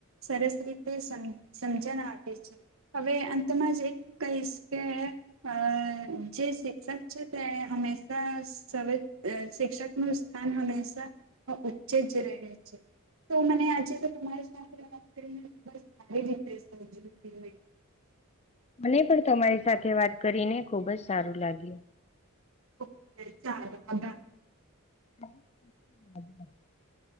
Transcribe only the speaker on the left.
મને પણ તમારી સાથે વાત કરીને ખુબ જ સારું લાગ્યું.
<inaudible>